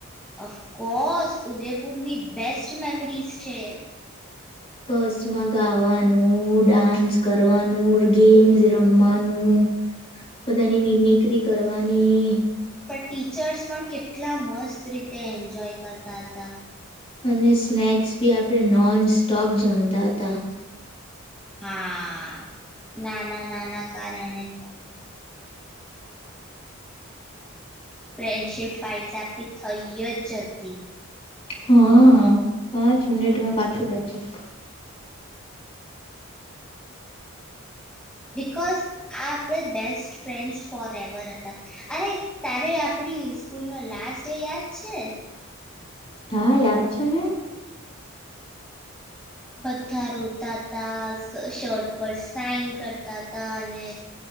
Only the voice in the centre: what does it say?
અફકોર્સ ઉદયપુરની બેસ્ટ મેમરીઝ છે.
પણ ટીચર્સ પણ કેટલા મસ્ત રીતે એન્જોય કરતા હતા.
હા નાના નાના કારણે પણ. ફ્રેન્ડશિપ ફાઇસા આપી થઈ જ હતી.
બિકોઝ આ આપણે બેસ્ટ ફ્રેન્ડ્સ ફોર એવર. હતા અરે. તારે આપડી સ્કૂલ નો લાસ્ટ ડે યાદ છે.
બધા રોતા તા શર્ટ પર સાઇન કરતા હતાા અને.